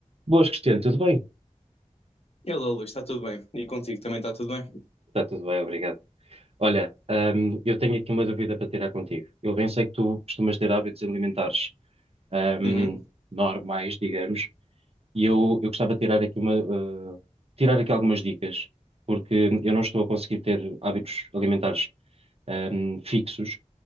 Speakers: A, on the right (about 50°); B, on the left (about 50°).
A: Boas, Cristiano, tudo bem?
B: Hello, Luís, está tudo bem? E contigo também está tudo bem?
A: Está tudo bem, obrigado. Olha, hum, eu tenho aqui uma dúvida para tirar contigo. Eu bem sei que tu costumas ter hábitos alimentares, hum,
B: Uhum,
A: normais, digamos, e eu, eu gostava de tirar aqui uma, uh, tirar aqui algumas dicas, porque eu não estou a conseguir ter hábitos alimentares, hum, fixos.